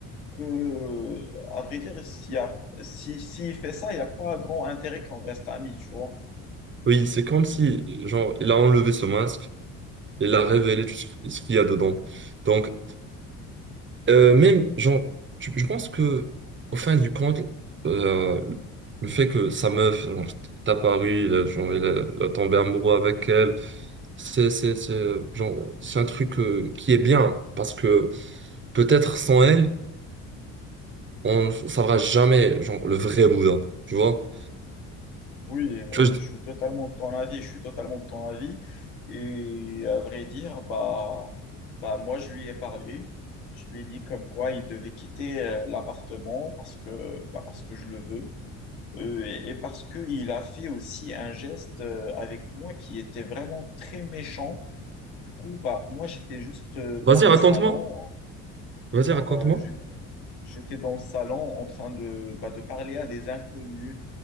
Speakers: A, on the left; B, on the right.
A: que, à vrai dire, s'il y a, si, s'il fait ça, il n'y a pas grand intérêt qu'on reste amis, tu vois.
B: oui, c'est comme si, genre, il a enlevé ce masque. Il a révélé tout ce ce qu'il y a dedans. Donc, euh, même, genre, tu- je pense que, au fin du compte, euh, le fait que sa meuf, genre, est apparue, il a, genre, il a, il a tombé amoureux avec elle, c'est, c'est, c'est, euh, genre, c'est un truc, euh, qui est bien, parce que peut-être sans elle, on ne saura jamais, genre, le vrai Bouddha, tu vois?
A: Oui, euh,
B: Tu vois, je-
A: je suis totalement de ton avis, je suis totalement de ton avis. Et à vrai dire, bah, bah moi, je lui ai parlé. Je lui ai dit comme quoi il devait quitter euh, l'appartement parce que, bah, parce que je le veux. Euh, et, et parce qu'il a fait aussi un geste euh, avec moi qui était vraiment très méchant. Du coup, bah, moi, j'étais juste euh, dans
B: Vas-y,
A: le
B: raconte-moi.
A: salon.
B: Vas-y,
A: Alors,
B: raconte-moi.
A: euh, j'étais j'étais dans le salon en train de, bah, de parler à des inconnus